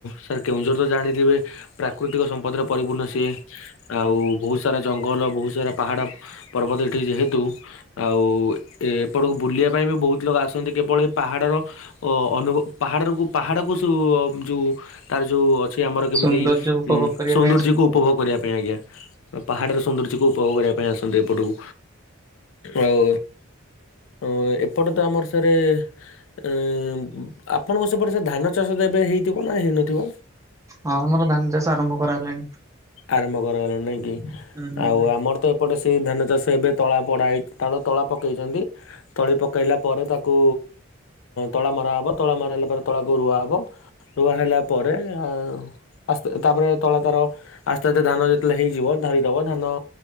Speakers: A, on the left; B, on the right.
A: ସାର୍ କେଉଁଝର ତ ଜାଣିଥିବେ। ପ୍ରାକୃତିକ ସମ୍ପଦରେ ପରିପୂର୍ଣ୍ଣ ସିଏ ଆଉ ବହୁତ ସାରା ଜଙ୍ଗଲ ବହୁତ ସାରା ପାହାଡ। ପର୍ବତ ଏଟିି ଯେହେତୁ ଆଉ ଏ ଏପଟକୁ ବୁଲିବା ପାଇଁ ବି ବହୁତ ଲୋକ ଆସନ୍ତି କେବଳ ଏ ପାହାଡ଼ର ଅ ଅନୁଭ ପାହାଡରୁ ପାହାଡକୁ ସୋ ଯୋଉ ତାର ଯୋଉ ଅ ସେ ଆମର କେମିତି
B: ସୌନ୍ଦର୍ଯ୍ୟ ଉପଭୋଗ
A: ଉ
B: କରିବା
A: ସୌନ୍ଦର୍ଯ୍ୟକୁ
B: ପାଇଁ ଆସନ୍ତୁ
A: ଉପଭୋଗ
B: ଆଉ।
A: କରିବା ପାଇଁ ଆଜ୍ଞା। ପାହାଡର ସୌନ୍ଦର୍ଯ୍ୟକୁ ଉପଭୋଗ କରିବା ପାଇଁ ଆସନ୍ତି ଏପଟକୁ ଆଉ। ଅ ଏପଟେ ତ ଆମର ସାରେ ଉ ଆପଣଙ୍କ ସେପଟେ ସାର୍ ଧାନ ଚାଷ ତ ଏବେ ହେଇଥିବ ନା ହେଇନଥିବ।
B: ହଁ ଆମର ଧାନ ଚାଷ ଆରମ୍ଭ କରାହେଲାଣି
A: ଆରମ୍ଭ କରାହେଲା ନାଇଁ କି
B: ଉଁ
A: ଆଉ ଆମର ତ ଏପଟେ ସେଇ ଧାନ ଚାଷ ଏବେ ତଳା ପଡା ହେଇ ତା ତଳା ପକେଇଛନ୍ତି। ତଳି ପକେଇଲା ପରେ ତାକୁ ତଳା ମରାହବ ତଳା ମରାହେଲା ପରେ ତଳାକୁ ରୁଆ ହବ। ରୁଆ ହେଲା ପରେ ଆଉ ଆସ୍ତେ ତାପରେ ତଳା ତାର ଆସ୍ତେ ଆସ୍ତେ ଧାନ ଯେତେବେଳେ ହେଇଯିବ ଧରିଦବ ଧାନ।